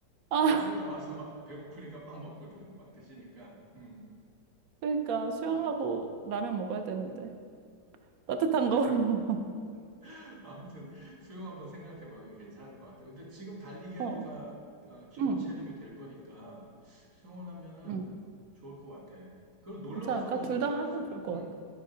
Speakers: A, on the right (about 65°); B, on the right (about 45°).
A: 아,
B: 하고 나와서 막 배고프니까 막 먹거든. 막 드시니까. 음.
A: 그러니까 수영하고 라면 먹어야 되는데. 따뜻한 거. <laughs>
B: <laughs> 아무튼 수영 한번 생각해봐. 그게 괜찮을 것 같아. 근데 지금 달리기 하니까
A: 어,
B: 아, 기본
A: 응.
B: 체력이 될 거니까 수영을 하면은
A: 응.
B: 좋을 것 같아. 그리고 놀러
A: 괜찮을까?
B: 가서도
A: 둘
B: 좋잖아.
A: 다 하면
B: 수-
A: 좋을 것
B: 응,
A: 같아.